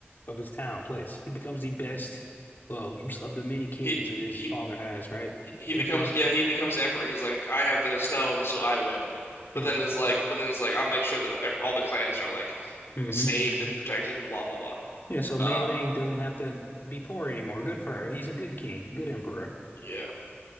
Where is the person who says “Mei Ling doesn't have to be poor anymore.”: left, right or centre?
Left